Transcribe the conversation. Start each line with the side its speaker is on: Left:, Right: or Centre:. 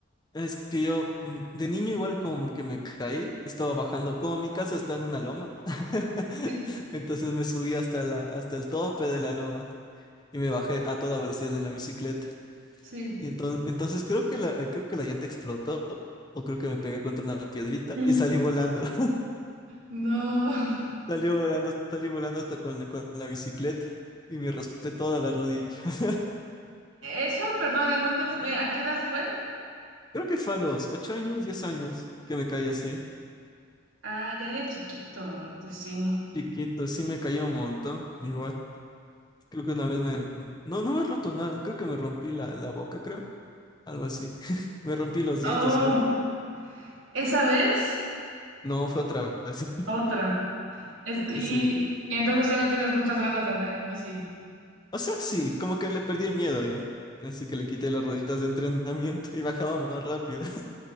Left: Es que yo mm, de niño igual como que me caí, estaba bajando, como mi casa está en una loma, <laughs>
Right: Sí,
Left: entonces me subí hasta la, hasta el tope de la loma y me bajé a toda velocidad en la bicicleta.
Right: sí.
Left: Y entonces, entonces creo que la, eh, creo que la llanta explotó o creo que me pegué contra una piedrita
Right: <laughs>
Left: y salí volando. <laughs>
Right: No.
Left: Salió volando, salí volando hasta con, la- con la bicicleta y me raspé toda la rodilla. <laughs>
Right: Eso, perdón, ¿en dónde fue? ¿A qué edad fue?
Left: Creo que fue a los 8 años, 10 años que me caí así,
Right: Ah, ya de chiquito, pues sí.
Left: chiquito, sí me cayó un montón, igual. Creo que una vez me... No, no me he roto nada. Creo que me rompí la, la boca, creo. Algo así. <laughs> Me rompí los dientes
Right: Oh.
Left: igual.
Right: Esa vez,
Left: No, fue otra vez. <laughs>
Right: otra. Es- y,
Left: Sí.
Right: y entonces ya no tienes muchas ganas de andar en bici.
Left: O sea, sí, como que le perdí el miedo ahí. Así que le quité las rueditas de entrenamiento y bajaba más rápido. <laughs>